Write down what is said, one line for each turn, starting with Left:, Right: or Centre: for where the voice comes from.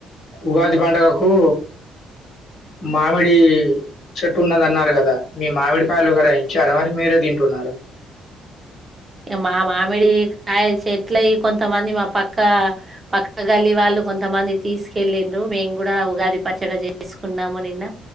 Left: ఉగాది పండుగకు మామిడి చెట్టున్నదన్నా రు కదా మీ మామిడి కాయలు గర ఇచ్చారా మరి మీరే దింటున్నారా
Right: మా మామిడి కాయ చెట్లయి కొంతమంది మా పక్క పక్క గల్లి వాళ్ళు కొంతమంది తీసుకెళ్ళిన్రు మేము కూడా ఉగాది పచ్చడ చేసుకున్నాము నిన్న